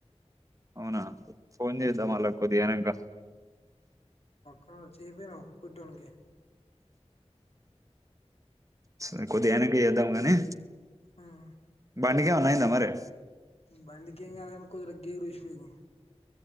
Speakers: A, on the right; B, on the left.
A: అవునా ఫోన్ చేసా వాళ్ళక్ కొద్ది గైనంకా
B: ఉమ్ చెపొనవ్ పొట్టొనికి
A: సరే కొద్దిగ ఐనాకి చేద్దాముగానే
B: ఉమ్
A: బండిగవల్న మరే
B: బండికి ఏం కాదని కొద్దిగ గేర్ రూసిపోయింది